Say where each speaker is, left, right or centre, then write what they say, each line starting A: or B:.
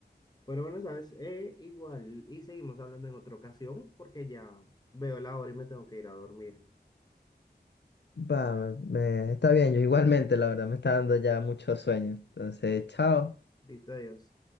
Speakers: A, on the left; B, on the left.
A: Pero bueno, sabes, Eh, igual, y seguimos hablando en otra ocasión porque ya veo la hora y me tengo que ir a dormir.
B: Va, me- me- está bien, yo igualmente, la verdad, me está dando ya mucho sueño. Entonces, chao.
A: Listo, adiós.